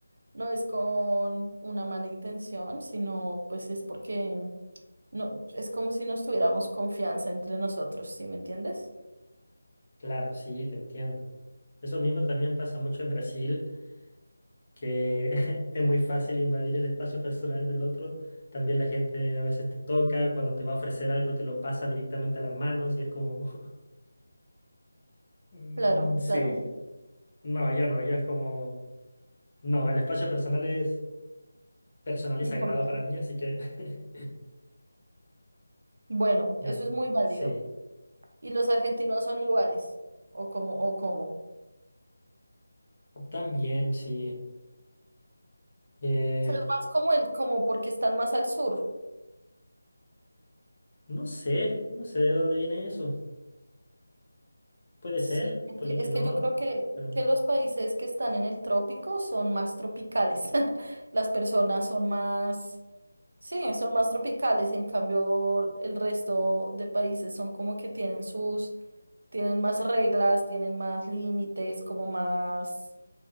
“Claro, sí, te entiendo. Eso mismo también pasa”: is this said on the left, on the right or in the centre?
Left